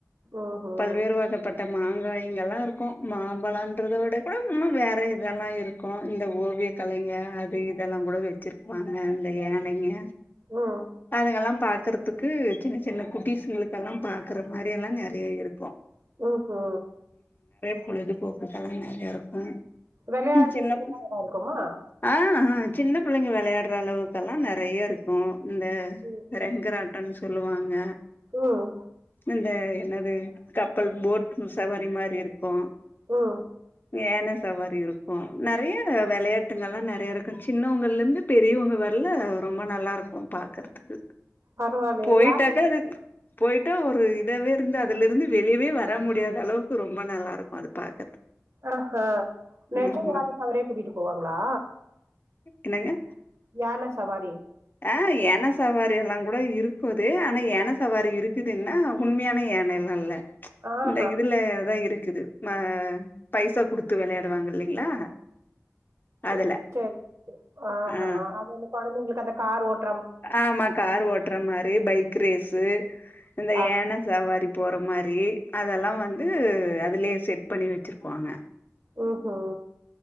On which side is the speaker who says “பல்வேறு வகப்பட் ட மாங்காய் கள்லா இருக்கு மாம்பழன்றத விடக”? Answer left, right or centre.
Left